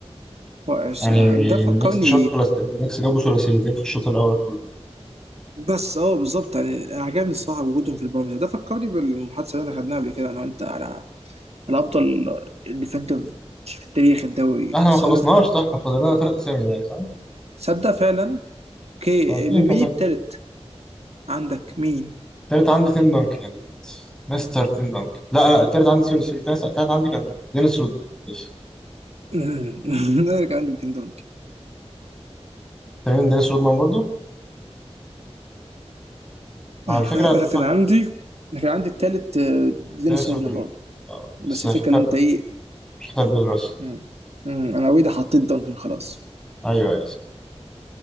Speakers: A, on the right (about 65°); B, in the centre.
A: رائع الصراحة
B: يعني
A: ده فكرني
B: النكس شوت ثلاث النكس جابوا ثلاثيتين في الشوط الأول كله
A: بس اه بالظبط يعني انا عجبني الصراحة وجودهم في البارم ده ده فكرني بالمحادثة اللي احنا خدناها قبل كده انا وانت على على افضل ديفندر في تاريخ الدوري
B: احنا
A: بس
B: ما خلصناش
A: انا
B: صح كان فاضل لنا ثلاث أسامي بقى صح؟
A: تصدق فعلا اوكي
B: عارفين
A: مين
B: كملت
A: التالت عندك مين
B: التالت عندي تيم دانكن يا دود. مستر تيم دانكن لا لا التالت عندي سوري سوري التالت التالت عندي كان دينيس رودمان ماشي
A: مم. <laughs> انا كان عندي تيم دونك
B: فاهمين دينيس رودمان برضو؟ على
A: انا
B: فكرة
A: كان
B: إن-
A: أنا
B: لا
A: كان عندي انا كان عندي التالت آه، دينيس
B: دينيس
A: وودمان
B: رودمان
A: برضه
B: آه،
A: بس
B: بس
A: الفكره
B: في فرق
A: ان انت ايه
B: مش فرق دول راس
A: مم. مم. انا اوريدي حطيت دونكن خلاص
B: ايوه ايوه